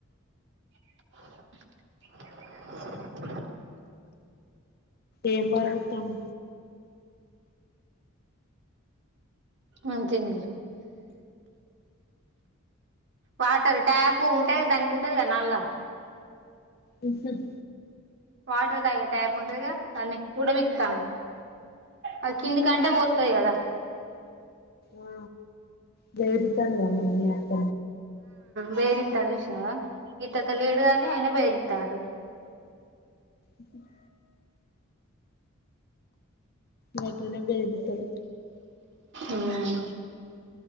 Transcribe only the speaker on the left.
ఏం బరవోతన్నవు
ఊహ్మ్
ఆ వేరుతనవ్ మరి మీ అత్త
ఓకే <unintelligible> గట్లనే బెదిరితరు